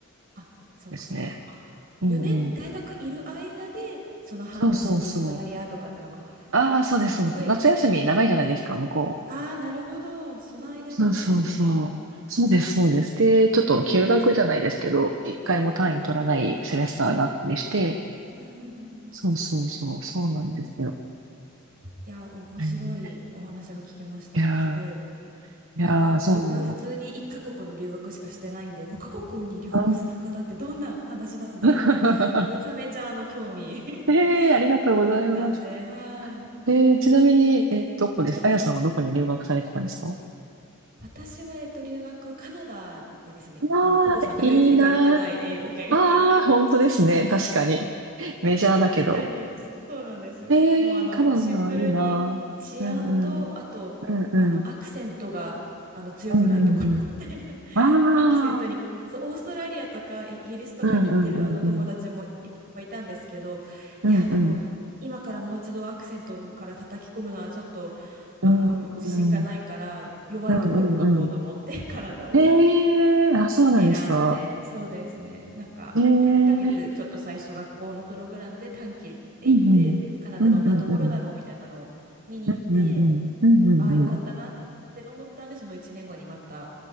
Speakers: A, on the right (about 40°); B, on the right (about 60°).
A: あ、そっかそっか。
B: ですね。
A: あ、
B: うんうん。
A: 4年大学いる間で、その半年のオーストラリアとかってのが、
B: そうそうそう。ああ、
A: すごい。
B: そうです。そうです夏休み長いじゃないですか、向こう。
A: ああ、なるほど。その間に行くとか。
B: そうそうそう。そうです、そうです。で、ちょっと休学じゃないですけど、一回も単位取らないセメスターがあったりして、
A: はいはい。うん。
B: そうそうそう、そうなんですよ。
A: いや、面白いお話が聞けました。
B: えーいやー、
A: すごい。なんか、
B: いやー、そう。
A: 自分普通に1カ国の留学しかしてないんで、5カ国に留学する方ってどんな話なんだろうって、
B: あー
A: めちゃめちゃあの、興味
B: <laughs> えー、ありがとうございます。
A: <laughs> あったんで、はい。
B: えー、ちなみに、え、どこです、あやさんはどこに留学されてたんですかあ
A: 私は、えっと、留学、カナダですね。
B: あ
A: あの、ココさんが唯一行かれてない英語圏。
B: ー、いいなー。ああ、
A: <laughs>
B: 本当ですね。確かに。メジャーだけど。
A: カナダに、そうなんですよ。
B: えー、
A: もう、あの、
B: カナダ、
A: シンプルに治安と、
B: いいなー。うんうん。
A: あと、
B: うんうん
A: あの、アクセントが、あの、強くないところ
B: うんうんうん。
A: <laughs> みたいな <laughs>
B: ああ、
A: アクセントに、そう、オーストラリアとかイギリスとかに行ってる、
B: うんうんうんうん。
A: あの、友達もいっぱいいたんですけど、いや、
B: うんうん。
A: でも、今からもう一度アクセントから叩き込むのはちょっと、あの、
B: うんうん
A: 自信がないから、弱いところに行こうと思って、
B: うんうん。
A: カナダを。
B: へえ、あ、そうなんですか。
A: 選んで、そうですね。なんか、
B: へえ、うん
A: 1ヶ月ちょっと最初学校のプログラムで短期で行って、
B: うん。う
A: カナダどんなところだろうみたいなのを見に行って、
B: んうんうん。うんうんうん。うんうんうん。
A: ああ、よかったなって思ったんで、その1年後にまた